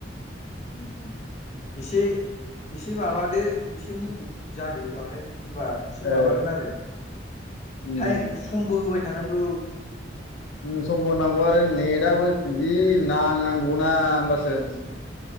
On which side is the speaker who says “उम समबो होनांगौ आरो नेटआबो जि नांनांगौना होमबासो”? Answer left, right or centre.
Left